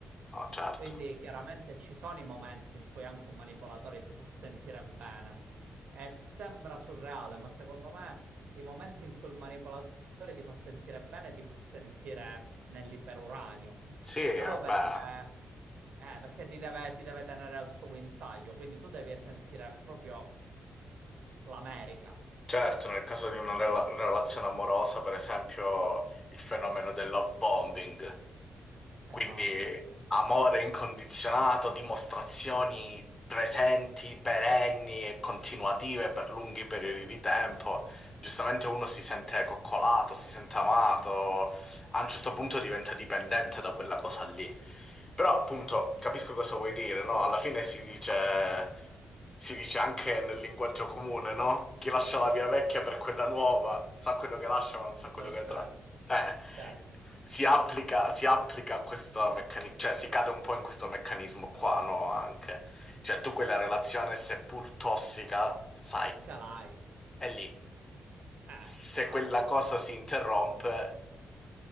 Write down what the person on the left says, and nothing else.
no, certo.
Sì, eh,
beh,
certo, nel caso di una rela- relazione amorosa, per esempio, il fenomeno del love bombing, quindi
amore incondizionato, dimostrazioni presenti, perenni e continuative per lunghi periodi di tempo, giustamente uno si sente coccolato, si sente amato, a un certo punto diventa dipendente da quella cosa lì. Però appunto capisco cosa vuoi dire, no? Alla fine si dice, si dice anche nel linguaggio comune, no? Chi lascia la via vecchia per quella nuova sa quello che lascia ma non sa
quello
che
tra. Eh,
si
applica, si applica a questo meccanismo, cioè si cade un po' in questo meccanismo qua, no? Anche. Cioè tu quella relazione, seppur tossica, sai,
è lì.
Se
quella cosa si interrompe,